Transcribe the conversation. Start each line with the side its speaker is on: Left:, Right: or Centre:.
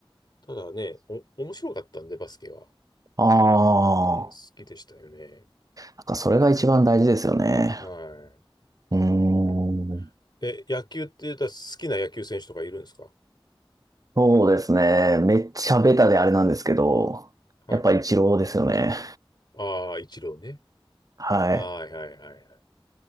Left: ただね、お、面白かったんで、バスケは。
Right: ああ、
Left: うん、好きでしたよね。
Right: なんかそれが一番大事ですよね。
Left: は
Right: うーん。
Left: い。うん、え、野球って言ったら好きな野球選手とかいるんですか
Right: そうですね。めっちゃベタであれなんですけど、
Left: はい。
Right: やっぱり一郎ですよね。
Left: ああ、イチローね。
Right: はい。
Left: はいはいはいはい。